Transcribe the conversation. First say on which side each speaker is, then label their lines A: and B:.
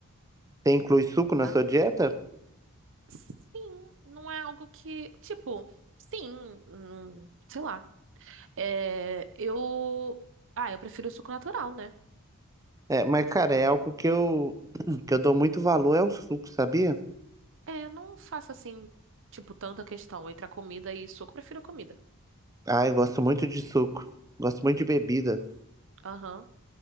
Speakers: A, on the right (about 15°); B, on the right (about 60°).
A: Você inclui suco na sua
B: Ahn,
A: dieta?
B: sim, não é algo que. Tipo, sim. hum, sei lá. É, eu. Ah, eu prefiro o suco natural, né?
A: É, mas cara, é algo que eu <clears throat> que eu dou muito valor é o suco, sabia?
B: É, eu não faço assim, tipo, tanta questão entre a comida e suco, eu prefiro a comida.
A: Ah, eu gosto muito de suco. Gosto muito de bebida.
B: Aham.